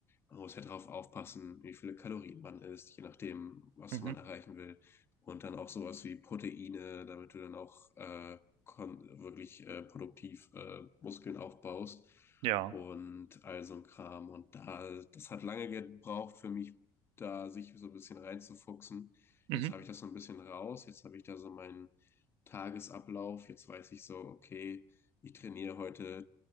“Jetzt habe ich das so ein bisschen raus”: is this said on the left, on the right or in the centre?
Left